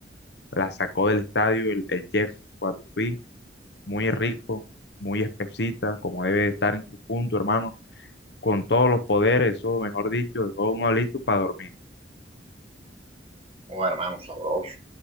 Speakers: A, on the left (about 65°); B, on the right (about 35°).
A: la sacó del estadio el, el chef cuando fui. muy rico, muy espesita, como debe de estar en su punto, hermano, con todos los poderes, eso, mejor dicho, dejó uno listo para dormir.
B: Oh, hermano, sabroso.